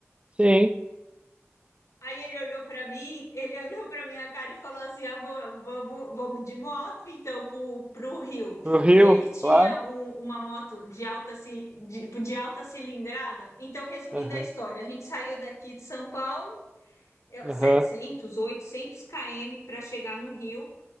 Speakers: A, on the right; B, on the left.
A: sim.
B: Aí ele olhou pra mim, ele <laughs> olhou pra minha cara e falou assim: ah, vou, vamos, vamos de moto então pro, pro Rio.
A: No Rio,
B: E ele tinha
A: claro.
B: um- uma moto de alta, ci- de, de alta cilindrada. Então, resumindo
A: Aham,
B: a história, a gente saiu daqui de São Paulo, eu-
A: aham.
B: 700, 800 km para chegar no Rio.